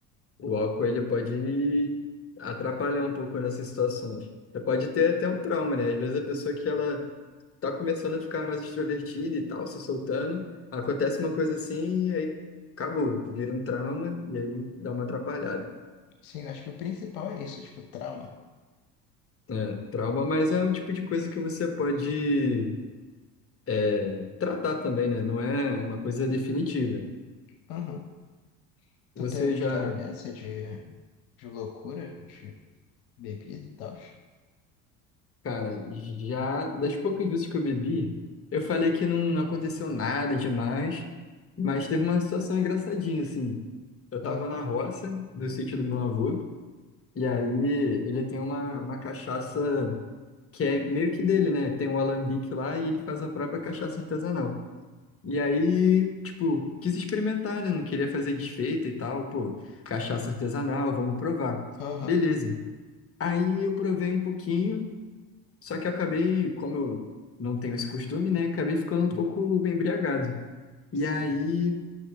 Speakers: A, on the left; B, on the left.
A: O álcool ele pode atrapalhar um pouco nessas situações. Você pode ter até um trauma, né? Às vezes a pessoa que ela tá começando a ficar mais extrovertida e tal, se soltando, acontece uma coisa assim e aí acabou, vira um trauma e aí dá uma atrapalhada.
B: Sim, eu acho que o principal é isso, tipo, trauma.
A: É, trauma, mas é um tipo de coisa que você pode é, tratar também, né? Não é uma coisa definitiva.
B: Aham. Tu
A: Você
B: tem alguma
A: já
B: história dessa de, de loucura, de bebida e tal?
A: Cara, já das poucas vezes que eu bebi, eu falei que não, não aconteceu nada demais, mas teve uma situação engraçadinha, assim. Eu tava
B: Aham.
A: na roça do sítio do meu avô, e aí ele tem uma, uma cachaça que é meio que dele, né? Tem um alambique lá e ele faz a própria cachaça artesanal. E aí, tipo, quis experimentar, né? Não queria fazer desfeita e tal, pô, cachaça artesanal, vamos provar.
B: Aham.
A: Beleza. Aí eu provei um pouquinho. Só que eu acabei, como eu não tenho esse costume, né? Acabei ficando um pouco embriagado. E
B: Sim.
A: aí